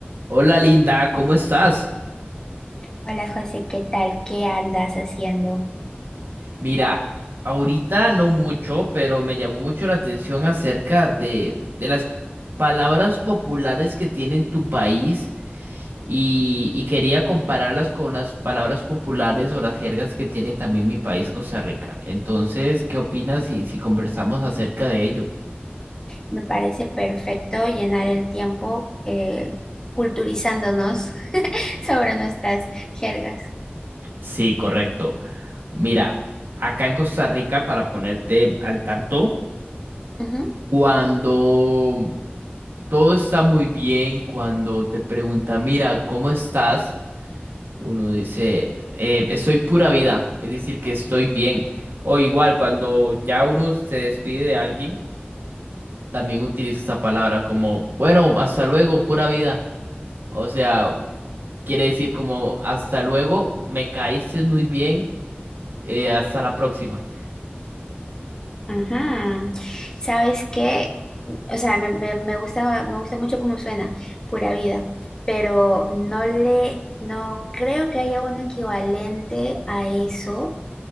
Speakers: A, on the right; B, on the left.
A: Hola Linda, ¿cómo estás?
B: Hola José, ¿qué tal? ¿Qué andas haciendo?
A: Mira, ahorita no mucho, pero me llamó mucho la atención acerca de, de las palabras populares que tiene en tu país y, y quería compararlas con las palabras populares o las jergas que tiene también mi país, Costa Rica. Entonces, ¿qué opinas si, si conversamos acerca de ello?
B: Me parece perfecto llenar el tiempo eh, culturizándonos <laughs> sobre nuestras jergas.
A: Sí, correcto. Mira, acá en Costa Rica, para ponerte al tanto,
B: Ujú.
A: cuando todo está muy bien cuando te preguntan, mira, ¿cómo estás? Uno dice, "Em, estoy pura vida, es decir, que estoy bien. O igual, cuando ya uno se despide de alguien, también utiliza esa palabra como, bueno, hasta luego, pura vida. O sea, quiere decir como, hasta luego, me caíste muy bien, eh, hasta la próxima.
B: Ajá. ¿Sabes qué? O sea, me, me- me gusta, me gusta mucho cómo suena, pura vida, pero no le, no creo que haya un equivalente a eso